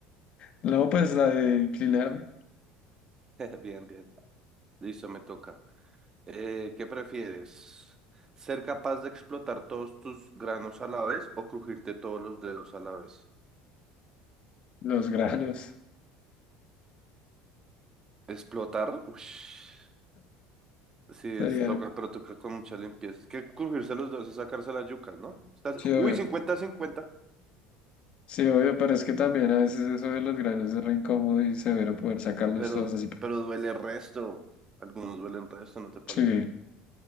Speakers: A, on the left; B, on the right.
A: No, pues la de Quilarde,
B: <laughs> Bien, bien. Listo, me toca. Eh, ¿qué prefieres? ¿Ser capaz de explotar todos tus granos a la vez o crujirte todos los dedos a la vez?
A: los granos,
B: ¿Explotar? Ush. Sí, es
A: sería
B: toca,
A: algo.
B: pero toca con mucha limpieza. Es que crujirse los dedos es sacarse las yucas, ¿no? Estás,
A: Sí, obvio.
B: uy, 50 cincuenta
A: Sí, obvio, pero es que también a veces eso de los granos es re incómodo y severo poder sacarlos
B: pero,
A: todos así.
B: pero duele resto. Algunos duelen resto, ¿no te parece?
A: Sí,